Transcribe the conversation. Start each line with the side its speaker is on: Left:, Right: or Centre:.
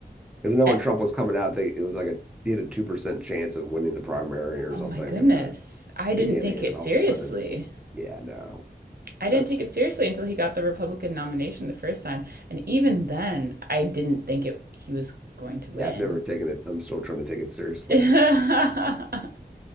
Centre: because I know
Right: A-
Centre: when Trump was coming out, they, it was like a he had a two percent chance of winning the primary or something,
Right: oh my goodness.
Centre: and the
Right: I didn't
Centre: beginning,
Right: take
Centre: and
Right: it
Centre: then
Right: seriously.
Centre: all of a sudden, yeah, no,
Right: I didn't
Centre: that's
Right: take it seriously until he got the Republican nomination the first time, and even then, I didn't think it he was going to win.
Centre: yeah. I've never taken it. I'm still trying to take it seriously.
Right: <laughs>